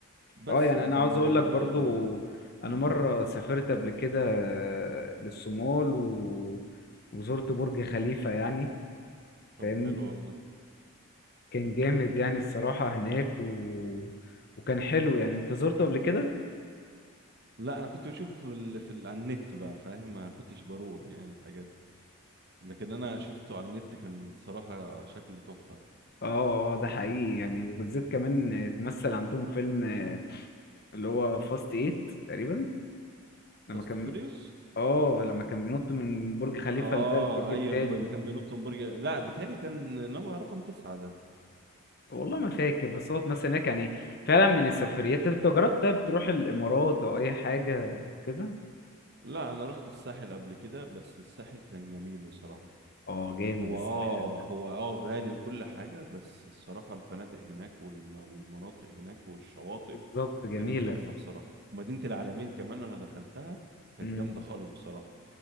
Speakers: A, on the right; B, on the left.
A: بس
B: اه يعني
A: لكن
B: انا عاوز اقول
A: إيه
B: لك برضو انا
A: مم،
B: مرة سافرت قبل كده للصومال و... وزرت برج خليفة يعني
A: طب
B: فاهمني
A: حلو والله
B: كان جامد يعني الصراحة هناك و... وكان حلو يعني انت زرته قبل كده
A: لا انا كنت بشوفه في ال... في ال... على النت بقى فاهم ما كنتش بروح يعني الحاجات دي لكن انا شفته على النت كان صراحة شكله تحفة
B: اه اه ده حقيقي يعني وبالذات كمان اتمثل عندهم فيلم آه، اللي هو فاست ايت تقريبا لما
A: فاست
B: كان
A: فيريوس
B: اه لما كان بينط من برج خليفة
A: اه
B: لده للبرج
A: ايوه
B: التاني
A: ب- كان بينط من برج لا بيتهيألي كان نمرة رقم تسعة ده
B: والله ما فاكر بس هو اتمثل هناك يعني فعلا من السفريات طب انت جربت طيب تروح الامارات او اي حاجة كده
A: لا انا رحت الساحل قبل كده بس الساحل كان جميل بصراحة
B: اه جامد
A: هو
B: الساحل
A: اه
B: ده
A: هو اه غالي وكل حاجة بس الصراحة الفنادق هناك والم... والمناطق هناك والشواطئ
B: بالظبط جميلة
A: كانت تحفة بصراحة ومدينة العالمين كمان انا دخلتها كانت
B: امم
A: جامدة خالص بصراحة